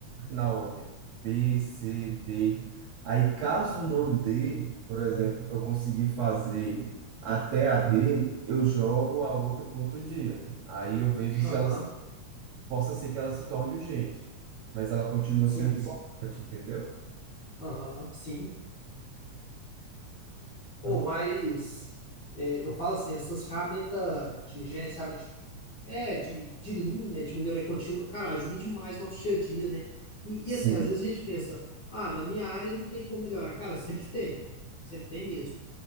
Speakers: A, on the right; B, on the left.
A: na ordem. B, C, D. Aí, caso não dê, por exemplo, para eu conseguir fazer até a D, eu jogo a outra para outro dia. Aí eu vejo se
B: Aham,
A: ela possa ser que ela se torne urgente, mas ela continua
B: sim.
A: sendo importante, entendeu?
B: Aham, sim.
A: Então
B: Ou
A: não
B: mas
A: é.
B: é, eu falo assim, essas ferramentas de gerenciamento de- é de, de Lean, né, de melhoria contínua, cara, ajuda demais no nosso dia a dia, né? E,
A: Sim,
B: e, assim, às vezes a gente pensa, ah, na minha área não tem como melhorar. Cara, sempre tem. Sempre tem mesmo.